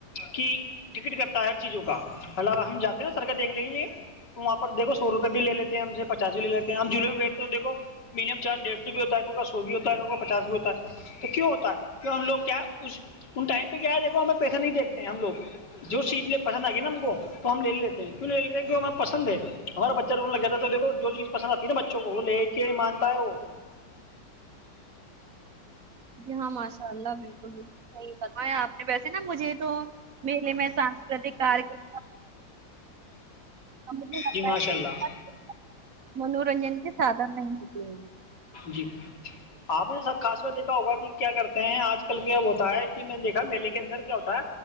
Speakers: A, on the left; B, on the right.
A: کی ٹکٹ کرتا ہے ہر چیزوں کا مطلب ہم جاتے ہیں نا سرکس دیکھنے کیلئے تو وہاں پردیکھو سو روپئے بھی لے لیتے ہیں ہم سے پچاس بھی لے لیتے ہیں ہم جھولے میں بیٹھتے ہے تو دیکھو میڈیم چارج ڈیڑھ سو بھی ہوتا ہے کسیکا سو بھی ہوتا ہے کسیکا پچاس بھی ہوتا ہے توکیوں ہوتا ہے کیوں ہم لوگ کیا اس ان ٹائم پہ کیا ہے ج ہمیں پیسہ نہیں دیکھتے ہیں ہم لوگ جو چیز پسند آ گی نا ہم کو تو ہم لے لیتے ہیں کیوں لے لیتے ہیں کی ہمیں پسند ہے ہمارا بچہ رونے لگ جاتا تو دیکھو جو چیز پسند آتی ہے نا بچوں کو وہ لے کے مانتا ہے وہ
B: جی ہاں ماشاء اللہ بالکل بالکل صحیح فرما ہے آپ نے ویسے نا مجھے تو میلے میں سانسکریتک کریکرم <unintelligible>
A: جی ماشاء اللہ
B: منورنجن کے سادھن ہی ہوتے ہیں
A: جی آپ سب خاص کر دیکھا ہوگا کی کیا کرتے ہیں آج کل کیا ہوتا ہے کی میں دیکھا میلے کے اندر کیا ہوتا ہے